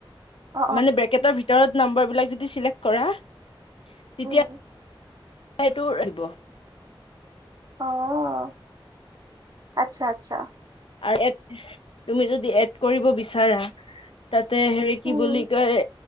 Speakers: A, on the right (about 45°); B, on the left (about 75°).
A: অ
B: মানে ব্ৰেকেদৰ ভিতৰত যদি নাম্বাৰ বিলাক যদি চিলেক্ট কৰা তেতিয়া
A: <unintelligible>
B: সেইটো আহিব
A: অ' আচ্ছা আচ্ছা
B: আৰু এড তুমি যদি এড কৰিব বিচাৰা তাতে হেৰি কি
A: উম
B: বুলি কয়